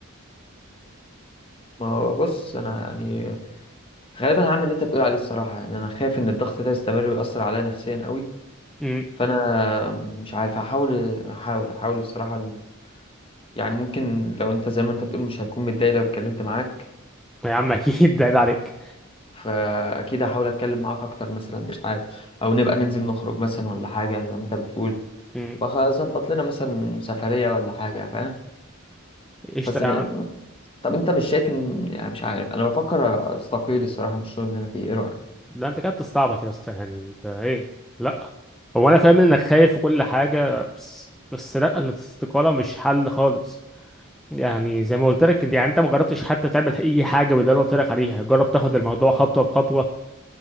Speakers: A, on the left (about 25°); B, in the centre.
A: ما هو بص انا يعني غالبا هعمل اللي انت بتقول عليه الصراحه يعني انا خايف ان الضغط ده يستمر ويأثر عليا نفسيا قوي
B: امم
A: فانا مش عارف هحاول هحاول هحاول الصراحه ال- يعني ممكن لو انت زي ما انت بتقول مش هتكون متضايق لو اتكلمت معاك
B: يا عم <laughs> اكيد ده عيب عليك
A: فاكيد هحاول اتكلم معاك اكتر مثلا مش عارف او نبقى ننزل نخرج مثلا ولا حاجه زي ما انت بتقول
B: امم
A: بظبط لنا مثلا سفريه ولا حاجه فاهم
B: قشطه
A: بس م...
B: يا عم
A: طب انت مش شايف ان يعني مش عارف انا بفكر استقيل الصراحه من الشغل اللي انا فيه ايه رايك
B: لا انت كده بتستعبط يا اسطى يعني انت ايه لا هو انا فاهم انك خايف وكل حاجه بس بس لا الاستقاله مش حل خالص يعني زي ما قلت لك انت يعني انت ما جربتش حتى تعمل اي حاجه باللي انا قلت لك عليها جرب تاخد الموضوع خطوه بخطوه